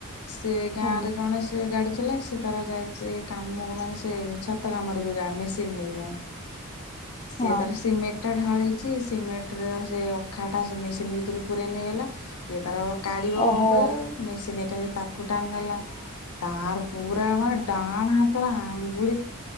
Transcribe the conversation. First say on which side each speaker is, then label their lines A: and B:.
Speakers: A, on the left (about 80°); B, on the left (about 25°).
A: ସେ ଗାଁରେ
B: ହଁ
A: ଜଣେ ସେ ଗାଡି ସେ ତାର ଯାଇଛି କାମ ମାନେ ସେ ଛାତ କାମ ଯା ମେସିନ ନେଇକି ଯାଆନ୍ତି। ସିଏ
B: ହଁ
A: ତାର ସିମେଣ୍ଟ ଢାଳ ହେଇଛି ସିମେଣ୍ଟ ର ସେ ଅଖାଟା ସେ ମେସିନ୍ ଭିତରୁକୁ ପୁର ନେଇଗଲା। ଏ ତାର କାଢିବ
B: ଓହୋ
A: କଣ କହିବ ମେସିନ୍ ଏକା ତାକୁ ଟାଣ ନେଲା ତା ପୁର
B: ଓହୋ
A: ଡାଣ ହା ତର ଆଙ୍ଗୁଳି